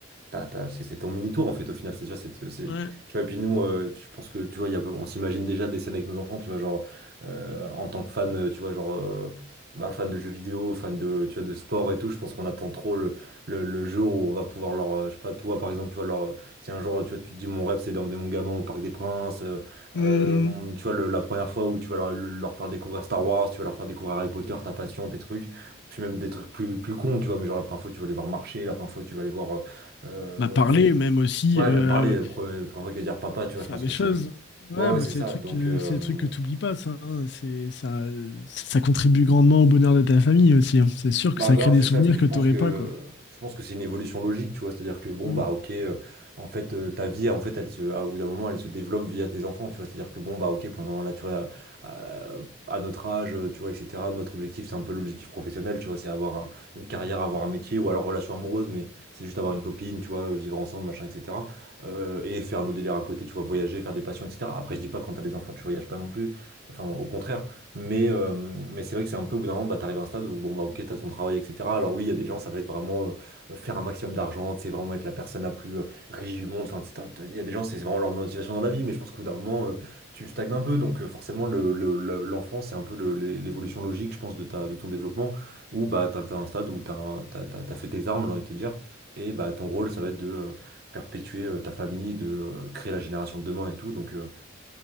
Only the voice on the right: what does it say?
t'as, t'as- c'est c'est ton mini-tour en fait au final, cest sûr c'est, c'est,
tu vois, et puis nous, euh, je pense que, tu vois, il y a, on s'imagine déjà des scènes avec nos enfants, tu vois, genre, euh, en tant que fan, euh, tu vois, genre... euh, bah, fan de jeux vidéo, fan de, tu vois, de sport et tout, je pense qu'on attend trop le, le, le jour où on va pouvoir leur, euh, je sais pas, toi par exemple, tu vois, leur, si un jour, tu vois, tu te dis, mon rêve, c'est d'emmener mon gamin au Parc des Princes, euh,
euh, mon- tu vois, le- la première fois où tu vas leur, leur faire découvrir Star Wars, tu vas leur faire découvrir Harry Potter, ta passion, tes trucs, puis même des trucs plus, plus cons, tu vois, mais genre la première fois, tu vas les voir marcher, la première fois, tu vas les voir. euh, euh,
y a-
Ouais,
même parler,
la première la première fois qu'il va dire papa, tu vois,
je pense
que
c'est.
Ouais, ouais,
c'est
ça.
Donc.
euh,
Bah
grave,
c'est
ça, puis
je pense
que
je pense que c'est une évolution logique, tu vois, c'est-à-dire que bon
bah OK euh, en fait euh, ta vie en fait elle se à- au bout d'un moment elle se développe via tes enfants, tu vois, c'est-à-dire que bon bah OK pendant là tu vois euh, à notre âge, euh, tu vois etc., notre objectif c'est un peu l'objectif professionnel, tu vois, c'est avoir un- une carrière, avoir un métier ou alors relation amoureuse mais c'est juste avoir une copine, tu vois, euh, vivre ensemble, machin etc. euh, et faire nos délires à côté, tu vois, voyager, faire des passions etc. Après je dis pas que quand t'as des enfants, tu voyages pas non plus. Enfin au contraire mais, euh, mais c'est vrai que c'est un peu au bout d'un moment, bah, t'arrives à un stade où, bon, bah, ok, t'as ton travail, etc. Alors oui, il y a des gens, ça va être vraiment euh, faire un maximum d'argent, c'est vraiment être la personne la plus euh, riche du monde. Enfin, c'est- t'as- t'as- il y a des gens, c'est vraiment leur motivation dans la vie, mais je pense qu'au bout d'un moment, euh, tu stagnes un peu. Donc euh, forcément, le, le- le- l'enfant, c'est un peu le- l'é- l'évolution logique, je pense, de, ta, de ton développement, où bah, t'as, t'as un stade où t'as, un- t'as, t'as, t'as fait tes armes, j'ai envie de te dire. Et bah, ton rôle, ça va être de euh, perpétuer euh, ta famille, de euh, créer la génération de demain et tout. Donc, euh,